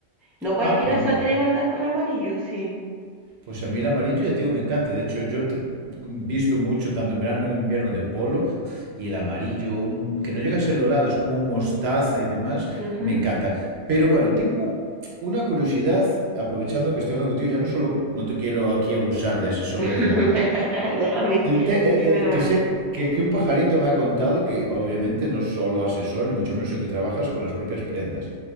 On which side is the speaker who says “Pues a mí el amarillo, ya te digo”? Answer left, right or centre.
Right